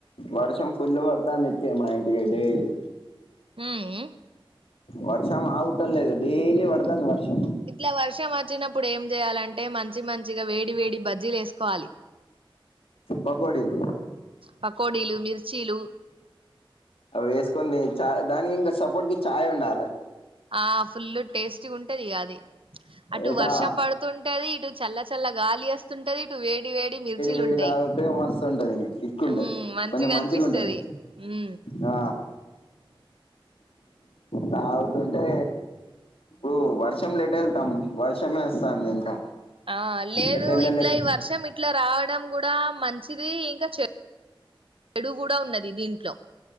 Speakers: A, on the left (about 80°); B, on the right (about 70°).
A: వర్షం ఫుళ్ళు పడ్తంది. మా ఇంటికి డేలీ
B: ఉమ్
A: వర్షం ఆగుతనే లేదు డైలీ పడ్తాంది వర్షం
B: ఇట్ల వర్షం వచ్చినప్పుడు ఏం జేయాలంటే మంచి మ ఇగ వేడి వేడి బజ్జీలేస్కోవాలి.
A: పకోడీలు
B: పకోడిలు మిర్చీలు
A: అవేస్కుంది చా దానికి ఇంగ సపోర్ట్కి చాయ్ ఉండాలి
B: ఆ ఫుల్ టేస్ట్ ఉంటదిగా ఆది అటు
A: ఇదా
B: వర్షం పడ్తుంటే ఉంటది. ఇటు చల్ల చల్ల గాలి అస్తుంటది ఇటు వేడి వేడి మిర్చీలుంటాయి
A: వేడి తాగితే మస్తు ఉంటది ఇంక కిక్ ఉంటది
B: మ్మ్ మంచిగనిపిస్తది
A: కొంచెం మంచిగా ఉంటది
B: ఉ
A: ఆ తాగుతుంటే ఇప్పుడు వర్షం లేట్ వెళ్తాం వర్షమే వస్తాంది. ఇంకా
B: ఆ లేదు
A: ఎటు వెళ్ళలేక
B: ఇట్లా ఈ వర్షం ఇట్లా రావడం కూడా మంచిది ఇంకా చె చెడు కూడా ఉన్నది దీంట్లో